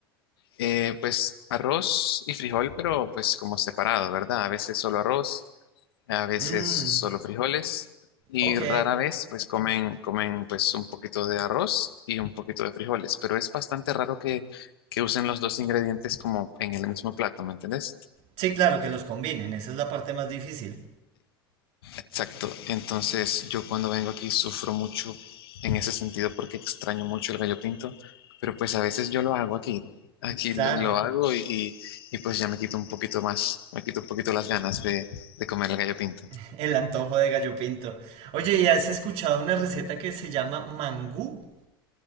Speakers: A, on the left; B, on the right.
A: eh, pues arroz y frijol, pero pues como separado, ¿verdad? A veces solo arroz, a veces
B: Mmm,
A: solo frijoles y
B: ok.
A: rara vez pues comen, comen pues un poquito de arroz y un poquito de frijoles, pero es bastante raro que, que usen los dos ingredientes como en el mismo plato, ¿me entendés?
B: Sí, claro, que los combinen. Esa es la parte más difícil.
A: Exacto. Entonces, yo cuando vengo aquí sufro mucho en ese sentido porque extraño mucho el gallo pinto, pero pues a veces yo lo hago aquí. Aquí
B: Claro,
A: lo lo hago y, y- y, pues ya me quito un poquito más, me quito un poquito las ganas de, de comer el gallo pinto.
B: <laughs> el antojo de gallo pinto. Oye, ¿y has escuchado una receta que se llama mangú?